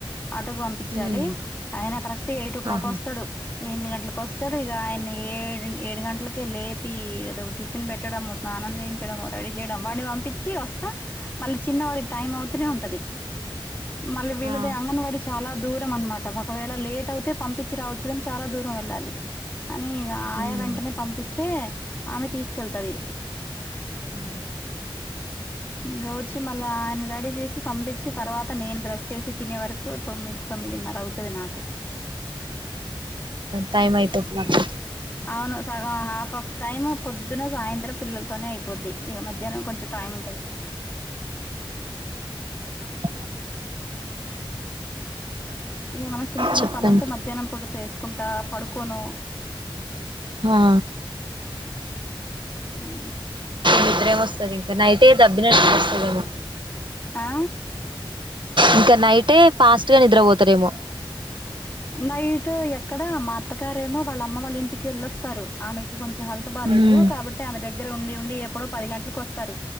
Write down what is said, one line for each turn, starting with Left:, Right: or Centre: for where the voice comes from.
Left: ఆటో పంపి పించాలి
Right: ఉమ్
Left: అయన కరెక్ట్ ఎయిట్ ఓ క్లాక్
Right: ఆహా
Left: వస్తాడు ఎనిమిది గంటలకు వస్తాడు ఇక ఆయన్ని ఏడు ఏడు గంటలకే లేపి ఏదొ టిఫిన్ పెట్టడము స్నానం చేయించడము రెడీ చేయడం వాని పంపించి వస్తా మళ్ళ చిన్నవాడికి టైం అవుతూనే ఉంటది మళ్ళీ వీళ్ళదే
Right: ఆ
Left: అంగన్వాడి చాలా దూరం అనమాట ఒకవేళ లేట్ అవుతే పంపించి రావచ్చు కాని చాలా దూరం వెళ్ళాలి అని ఇక ఆయా
Right: మ్మ్
Left: వెంటనే పంపిస్తే ఆమె తీసుకెళ్తది
Right: ఆ
Left: ఉం వచ్చి మళ్ళీ ఆయన రెడీ చేసి పంపించి తర్వాత నేను బ్రష్ చేసి తినే వరకు తొమ్మిదిన్నర అవుతది నాకు
Right: టైం అయితుంది నాకు
Left: అవును సగం హాఫ్ ఆఫ్ టైమ్ పొద్దున సాయంత్రం పిల్లలతోనే అయిపోద్ది ఇక మధ్యాహ్నం కొంచెం టైమ్ ఉంటది
Right: అ
Left: ఏమన్నా చిన్న చిన్న
Right: చెప్పండి
Left: పని ఉంటే మధ్యాహ్నం పూట చేసుకుంటా పడుకోను
Right: హా
Left: ఉ
Right: నిద్దరేము వస్తుంది ఇంకా నైటే దబ్బినట్టులు వస్తుదమో
Left: ఆ
Right: ఇంకా నైటే ఫాస్ట్ గా నిద్రపోతారేమో
Left: నైట్ ఎక్కడ మా అత్తగారేమో వాళ్ళ అమ్మ వాళ్ళ ఇంటికి వెళ్ వస్తారు ఆమెకు కొంచెం హెల్త్ బాలేదు
Right: మ్మ్
Left: కాబట్టి ఆమె దగ్గర ఉండి ఉండి ఎప్పుడో పది గంటలకు వస్తారు